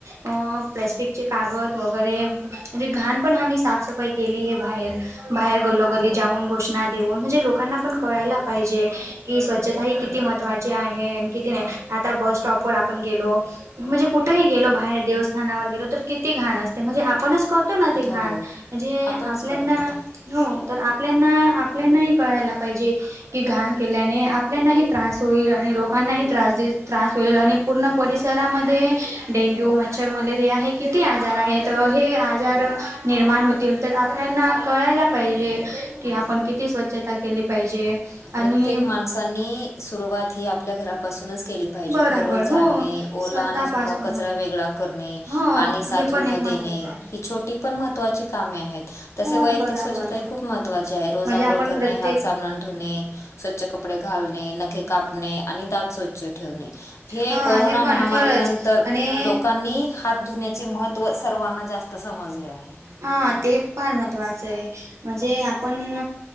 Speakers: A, on the right; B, on the left.
A: अ प्लॅस्टिकचे कागद वगैरे म्हणजे घाण पण हम्ही साफसफाई केली हे बाहेर. बाहेर गलोगली
B: हो,
A: जाऊन गोष्ट. देऊन म्हणजे लोकांना पण कळायला पाहिजे कि स्वच्छता ही किती महत्त्वाची आहे आणि किती नाही. आता बस स्टॉप. आपण गेलो म्हणजे कुठेही गेल बाहेर देवस्थानावर गेलो तर किती घाण असते म्हणजे आपणच. करतो ना ते घाण
B: हो
A: म्हणजे
B: आपणच
A: आपल्याना.
B: करतो.
A: हो तर आपल्याना आपल्यानाही कळायला पाहिजे. कि घाण केल्याने आपल्यानाही त्रास होईल आणि लोकांनाही त्रास त्रास होईल आणि. पूर्ण परिसरामध्ये. डेंग्यू मच्छर मलेरिया हे किती आजार आहे तर हे आजार निर्माण होतील. तर आपल्याना कळायला पाहिजे की, आपण किती स्वच्छता केली पाहिजे. आणि
B: प्रत्येक माणसांनी, सुरुवात ही आपल्या घरापासूनच केली पाहिजे,
A: बराबर
B: घररोज झाडणे
A: हो
B: ओला
A: स्वतःपासून
B: आणि सुका कचरा वेगळा करणे,
A: हो
B: पाणी साचू
A: हे पण
B: न
A: एक महत्त्वाचं
B: देणे.
A: आहे
B: ही छोटी पण महत्वाची कामे आहे. तसे
A: हो
B: वैयक्तिक
A: बराबर
B: स्वच्छता खूप महत्वाची आहे रोज
A: म्हणजे
B: आंघोळ
A: आपण
B: करणे,
A: प्रत्येक
B: हात साब धुणे, स्वच्छ कपडे घालणे नखे कापणे आणि दात स्वच्छ ठेवणे, हे
A: हा
B: कोरोना
A: पण
B: महामारीनंतर
A: खरंच आणि
B: लोकांनी हात धुण्याचे महत्व सर्वांना जास्त समजले आहे.
A: हा ते फार महत्त्वाचं आहे, म्हणजे आपण